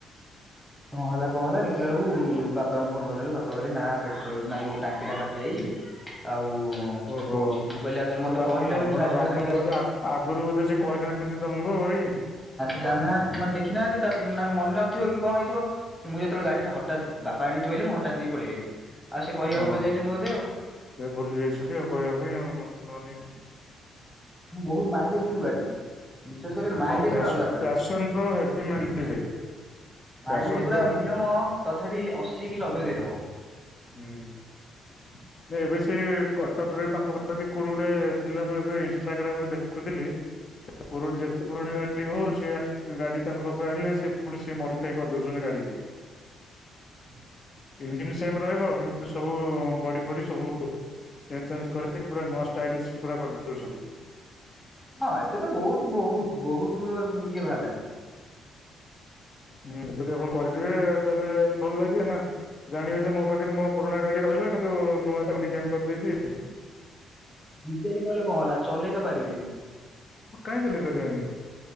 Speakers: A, in the centre; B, on the left (about 40°).
A: କଣ ହେଲା କଣ ହେଲା ଦେଖିଲା ଅଳକୁ ବାପାଙ୍କୁ ଫୋନ କଲା ବେଳକୁ ବାପା କହିଲେ ନା ପେଟ୍ରୋଲ ନା ଯୋଉ ଟାଙ୍କି ଟା ଫାଟି ଯାଇଚି ଆଉ
B: ଓହୋ
A: ବୋଉଛି ମୁଁ କହିଲି ଆଉ ତାହେଲେ ମତେ
B: ବା
A: କହିଲନି
B: ଆପଣ
A: ମୁଁ କାହିଁ ଖାଲିଟାରେ
B: ବାପା
A: ନେଇକି ଆସିଲି।
B: ବୋଧେ ଆଗ ଆଗରୁ ବୋଧେ ସେ, କହିନାହାନ୍ତି ତମକୁ ଭାଇ?
A: ଜାହାନ୍ତିାନ ଦେଖିନାହାନ୍ତି ତା ମେ ମନେ ନଥିବ କି କଣ ହେଇଥିବ ମୁଁ ଯେତେବେଳେ ଗାଡି ଟା ହଠାତ୍ ବାପା ଆଣିଥହିଲେ ମୁଁ ହଠାତ୍ ନେଇ ପଳେଇ ଆଇଲି ଆଉ ସେ କହିବାକୁ
B: ହଁ
A: ଭୁଲି ଯାଇଛନ୍ତି
B: ହଁ
A: ବୋଧେ ଆଉ
B: ସେ ଭୁଲି ଯାଇଛନ୍ତି ଆଉ କହିବା ପାଇଁ ଆଉ ନ ନଥିଲନି।
A: ବହୁତ ମାଇଲେଜ୍ କିନ୍ତୁ ଗାଡି। ବିଶ୍ୱାସ କରିବନି ମାଇଲେଜ୍
B: ହଁ
A: ପୁରା ଅଲଗ ପ୍ରକାର।
B: ପ୍ୟାସନ ପ୍ରୋ ହେଭି ମାଇଲେଜ ଭାଇ ପ୍ୟାସନ
A: ମାଇଲେଜ୍
B: ପ୍ରୋ
A: ପୁରା ମିନିମମ୍ ତଥାପି ଅଶୀ କି ଲବେ ଦେଇଦବ।
B: ହୁଁ। ଏବେ ସେ କଟକ ରେ ପାଖପାଖି କୋଉ ଗୋଟେ ଥିଲା ଏବେ ଇନଷ୍ଟାଗ୍ରାମ ରେ ଦେଖୁଥିଲି। ପୁରୁଣ ଯେତେ ପୁରୁଣା ଗାଡି ହଉ ସେ ଗାଡି ତାଙ୍କ ପାଖକୁ ଆଣିଲେ ସେ ପୁଣି ସେ ମଡିଫାଏ କରିଦଉଚନ୍ତି ଗାଡି କି।
A: ହୁଁ ହୁଁ।
B: ଇଞ୍ଜିନ ସେମ୍ ରହିବ କିନ୍ତୁ ସବୁ ବଡି ଫଡି ସବୁ ଚେଞ୍ଜ ଚାଞ୍ଜ କରିକି ପୁରା ନୂଆ ଷ୍ଟାଇଲିସ ପୁରା କରି ଦୋଉଚନ୍ତି।
A: ହଁ ଏବେ ତ ବହୁତ ବହୁତ ବହୁତ ଇଏ ବାହାରିଲାଣି।
B: ହୁଁ ଯଦି ଆପଣ କରିପାରିବେ ତାହେଲେ ଭଲ ଲାଗିବେ ନା? ଜାଣିବେ ଯେ ମୋ ପାଖରେ ମୋ ପୁରୁଣା ଗାଡି ରହିଲା କିନ୍ତୁ ନୂଆ ତାକୁ ଡିଜାଇନ କରିଦେଇଚି।
A: ଡିଜାଇନ୍ କଲେ କଣ ହେଲା ଚଲେଇ ତ ପାରିବେନି।
B: କାହିଁ ଚଲେଇ ପାରିବାନି